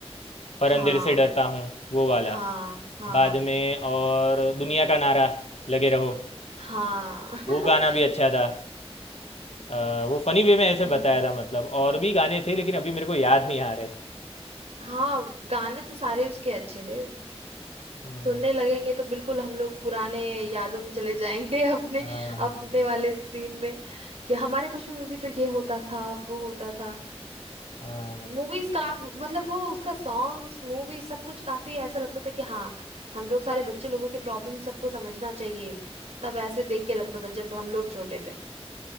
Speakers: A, on the left (about 75°); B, on the right (about 70°).
A: पर
B: हाँ
A: अंधेरे से डरता हूँ वो वाला
B: हाँ हाँ
A: बाद में और दुनिया का नारा लगे रहो
B: हाँ <laughs>
A: वो गाना भी अच्छा था अ, वो फनी वे में ऐसे
B: सही
A: बताया था मतलब और भी गाने थे लेकिन अभी मेरे को याद नहीं आ रहे
B: हाँ गाने तो सारे उसके अच्छे थे
A: हम्म,
B: सुनने लगेंगे तो बिल्कुल हम लोग पुराने यादों में चले जाएंगे <laughs> अपने
A: हाँ हाँ
B: अपने वाले सीन में कि हमारे बचपन में भी तो ये होता था वो होता था
A: हाँ हाँ
B: मूवीज काफी मतलब वो उसका सॉन्ग्स मूवी सब कुछ काफी ऐसा लगता था कि हाँ हम लोग सारे बच्चे लोगों के प्रॉब्लम सबको समझना चाहिए तब ऐसे देख के लगता था जब हम लोग छोटे थे